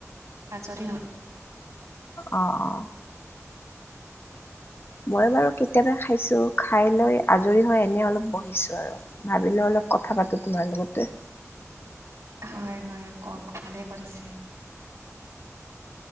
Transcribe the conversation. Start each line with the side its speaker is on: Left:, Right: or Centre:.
Right: আজৰি হ
Left: অ অ। মই বাৰু কেতিয়াবা খাইছো, খাই লৈ আজৰি হৈ এনে অলপ বহিছো আৰু ভাবিলো অলপ কথা পাতো তোমাৰ লগতে।
Right: হয় হয় কওক ভালে কৰিছে।